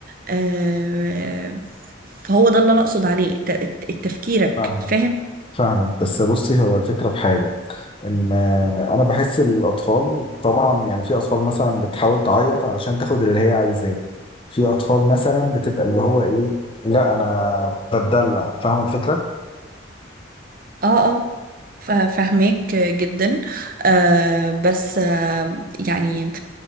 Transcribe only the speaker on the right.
آه فهو ده اللي انا اقصد عليه الت- الت- تفكيرك
فاهم
اه اه فا- فاهماك جدا آه بس آه يعني